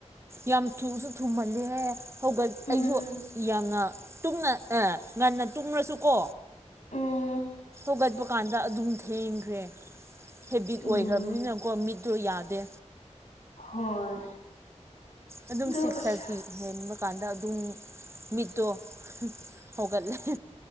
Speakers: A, on the right (about 20°); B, on the left (about 85°).
A: ꯌꯥꯝ ꯊꯨꯁꯨ ꯊꯨꯃꯜꯂꯦꯍꯦ ꯍꯧꯒꯠ
B: ꯎꯝ
A: ꯑꯩꯁꯨ ꯌꯥꯝꯅ ꯇꯨꯝꯅ ꯑꯦ ꯉꯟꯅ ꯇꯨꯝꯂꯁꯨꯀꯣ
B: ꯎꯝ
A: ꯍꯧꯒꯠꯄ ꯀꯥꯟꯗ ꯑꯗꯨꯝ ꯊꯦꯡꯈ꯭ꯔꯦ ꯍꯦꯕꯤꯠ
B: ꯎꯝ
A: ꯑꯣꯏꯈ꯭ꯔꯕꯅꯤꯅꯀꯣ ꯃꯤꯠꯇꯣ ꯌꯥꯗꯦ
B: ꯍꯣꯏ
A: ꯑꯗꯨꯝ
B: ꯑꯗꯨ
A: ꯁꯤꯛꯁ
B: ꯑꯁ
A: ꯊꯥꯔꯇꯤ ꯍꯦꯟꯕ ꯀꯥꯟꯗ ꯑꯗꯨꯝ ꯃꯤꯠꯇꯣ ꯍꯧꯒꯠꯂꯦ